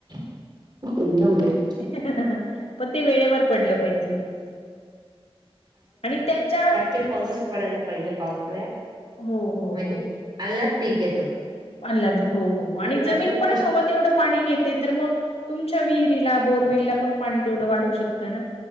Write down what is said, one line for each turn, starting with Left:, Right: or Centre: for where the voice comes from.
Right: <unintelligible> एकदम बेस्
Left: <unintelligible> पण ते वेळेवर पडलं पाहिजे आणि त्याच्या
Right: त पाऊसच पडायला पाहिजे पावसाळ्यात
Left: हो हो
Right: म्हणजे अललाद पीक येत
Left: अल्हद हो हो हो आणि जमीन
Right: जास्त
Left: पण
Right: कष्ट
Left: हवं तेवढं पाणी घेत ते तर मग तुमच्या विहिरीला बोरवेलला पण पाणी तेवढं वाढू शकतं ना